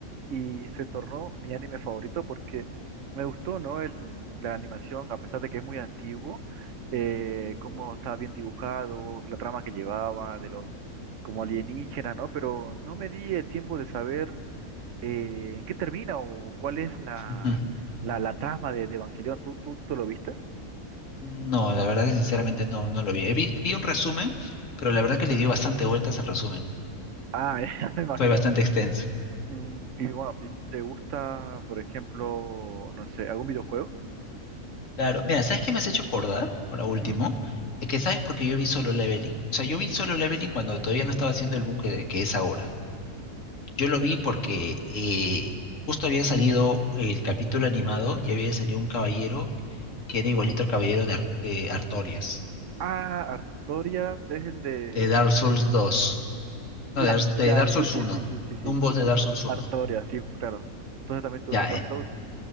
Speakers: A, on the right; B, on the left.
A: y se tornó mi anime favorito porque me gustó, ¿no? El, la animación, a pesar de que es muy antiguo, eh, cómo estaba bien dibujado, la trama que llevaba, de los como alienígenas, ¿no? Pero no me di el tiempo de saber. Eh, ¿en qué termina o cuál es la,
B: <laughs> Ujú.
A: la, la trama de, de Evangelion? ¿Tú, tú, tú lo viste?
B: No, la verdad, sinceramente, no, no lo vi. Eh, Vi, vi un resumen, pero la verdad que le dio bastante vueltas al resumen.
A: Ah, <laughs> ya me imagino.
B: Fue bastante extenso.
A: Mm, y bueno, y ¿te gusta, por ejemplo, no sé, algún videojuego?
B: Claro, mira, ¿sabes qué me has hecho acordar? Ahora último,
A: Ujú.
B: es que sabes por qué yo vi Solo Leveling. O sea, yo vi Solo Leveling cuando todavía no estaba haciendo el boom que, que es ahora. Yo lo vi porque eh, justo había salido el capítulo animado y había salido un caballero que era igualito al Caballero de, Ar- de Artorias,
A: Ah, Artorias es el de...
B: de Dark Souls 2, no,
A: Ya,
B: de, Ar-
A: ya,
B: de Dark Souls
A: sí, sí,
B: uno
A: sí, sí, sí, sí,
B: un boss
A: sí, sí.
B: de Dark Souls uno
A: Artorias, sí, claro. Entonces también te
B: Ya,
A: gusta Dark
B: eh,
A: Souls.